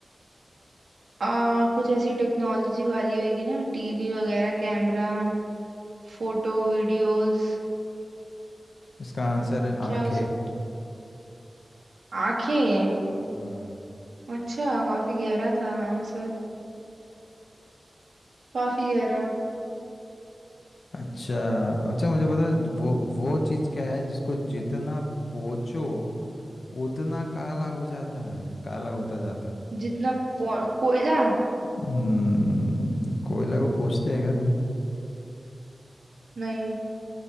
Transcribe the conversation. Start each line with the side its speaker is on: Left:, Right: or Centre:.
Right: आ कुछ ऐसी टेक्नोलॉजी वाली होगी ना टीवी वगैरह कैमरा फोटो वीडियोस
Left: इसका आंसर है
Right: क्या
Left: आंखें
Right: हो सकता आंखें
Left: हम्म
Right: अच्छा काफी गहरा था आंसर काफी गहरा
Left: अच्छा अच्छा मुझे पता है, वो वो चीज़ क्या है जिसको जितना पोंछो उतना काला हो जाता है काला होता जाता है
Right: जितना पो- कोयला
Left: हम्म कोयला को पूछते हैं क्या कोई
Right: नहीं